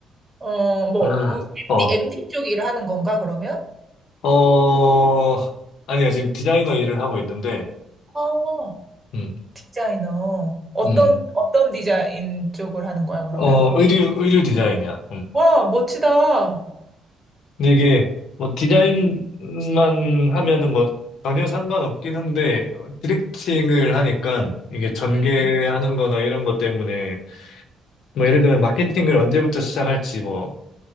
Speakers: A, on the right; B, on the left.
A: 어, 뭐,
B: 아,
A: 우-
B: 어,
A: MD, MD 쪽 일을 하는 건가, 그러면?
B: 어, 아니야, 지금 디자이너 일을 하고 있는데,
A: 어,
B: 음,
A: 디자이너. 어떤,
B: 음,
A: 어떤 디자인 쪽을 하는 거야, 그러면?
B: 어, 의류, 의류 디자인이야.
A: 와, 멋지다.
B: 근데 이게 뭐 디자인만 하면은 뭐 전혀 상관없긴 한데 디렉팅을 하니까 이게 전개하는
A: 응,
B: 거나 이런 것 때문에 뭐 예를 들면 마케팅을 언제부터 시작할지 뭐